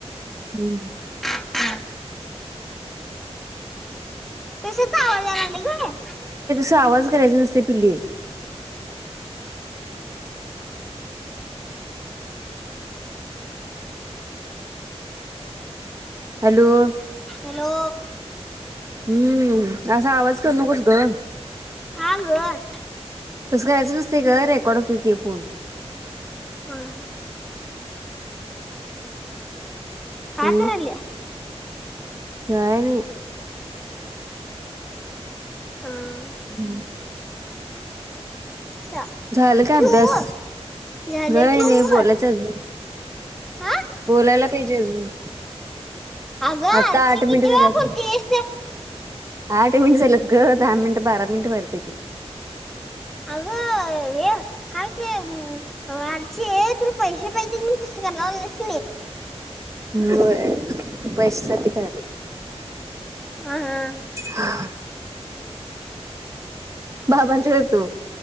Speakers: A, on the right (about 30°); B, in the centre.
A: हम्म
B: हा तस का आवाज यालागलय ग
A: या आवाज करायच नसते पिल्ली हॅलो.
B: हॅलो
A: हम्म असा आवाज करु नकोस ग
B: हा गं हा
A: तस करायचं नसतय ग रेकॉर्ड होतय ते फोन
B: हा हा काय
A: आणि
B: कराल्यास?
A: काय नाही
B: ह
A: हम्म
B: चा
A: झालं काय
B: ठेवू
A: अभ्यास?
B: झालं
A: काय
B: ठेवू
A: नाही बोलायच अजुन
B: हा
A: बोलायला पाहिजे अजून
B: अगं
A: आता
B: आर्ची
A: आठ मिनिट
B: किती
A: झाल्यात
B: वेळा
A: आठ मिनिट झालेत ग दहा मिनिट बारा मिनिट व्हायला पाहिजेत.
B: अगं हे काय ते आरचे तुला पैसे पाहिजेत म्हणून तसं कराल्यास
A: होय पैशासाठी लोय
B: ह हा
A: हा बाबांच्याकडे देतो